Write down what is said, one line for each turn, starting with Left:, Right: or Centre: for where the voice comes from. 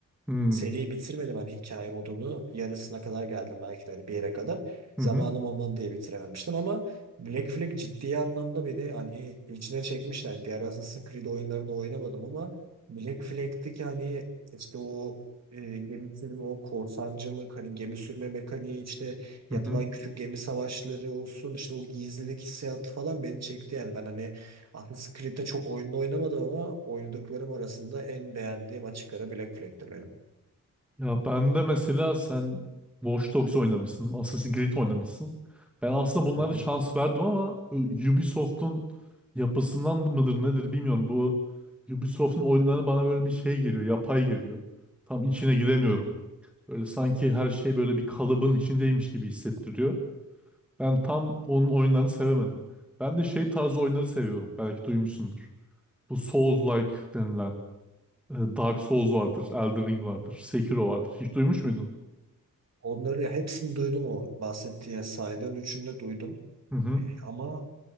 Centre: Hmm.
Right: seriyi bitirmedim hani hikaye modunu. Yarısına kadar geldim belki de hani bir yere kadar.
Centre: Hı
Right: Zamanım
Centre: hı.
Right: olmadı diye bitirememiştim ama Black Flag ciddi anlamda beni hani içine çekmişti. Yani diğer Assassin's Creed oyunlarını oynamadım ama Black Flag'teki hani işte o e, gemi sürme, o korsancılık, hani gemi sürme mekaniği, işte yapılan
Centre: Hı hı.
Right: küçük gemi savaşları olsun, işte o gizlilik hissiyatı falan beni çekti. Yani ben hani Assassin's Creed'de çok oyunla oynamadım ama oynadıklarım arasında en beğendiğim açık ara Black Flag'tir benim.
Centre: Ya ben de mesela sen Watch Dogs oynamışsın, Assassin's Creed oynamışsın. Ben aslında bunlara
Right: Hı hı.
Centre: şans verdim ama e, Ubisoft'un yapısından mıdır nedir bilmiyorum. Bu Ubisoft'un oyunları bana böyle bir şey geliyor, yapay geliyor. Tam içine giremiyorum. Böyle sanki her şey böyle bir kalıbın içindeymiş gibi hissettiriyor. Ben tam onun oyunlarını sevemedim. Ben de şey tarzı oyunları seviyorum. Belki duymuşsundur. Bu Souls-like denilen. E, Dark Souls vardır, Elden Ring vardır, Sekiro vardır. Hiç duymuş muydun?
Right: Onları ya hepsini duydum o bahsettiğin yani saydığın üçünü de duydum.
Centre: Hı hı.
Right: E, ama